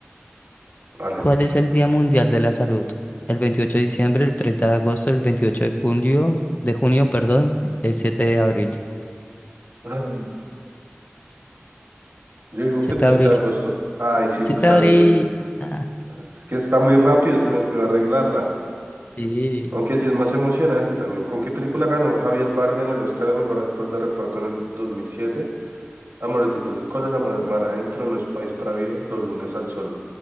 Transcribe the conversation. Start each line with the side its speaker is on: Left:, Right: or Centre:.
Right: Vale.
Left: ¿Cuál es el Día Mundial de la Salud? El 28 de diciembre, el 30 de agosto, el 28 de junio, de junio, perdón, el 7 de abril.
Right: <laughs> Ay, Yo digo
Left: 7
Right: que 30
Left: de abril.
Right: de agosto. Ay, sí,
Left: 7
Right: tú sabías.
Left: de abril. Ah,
Right: Es que está muy rápido, se me olvidó arreglarla.
Left: sí.
Right: Aunque sí es más emocionante también. ¿Con qué película ganó Javier Bardem el Oscar a Mejor Actor de Reparto en el 2007? Amor de tiempos de cólera, Mar, Mar adentro, No es país para viejos, Los lunes al sol.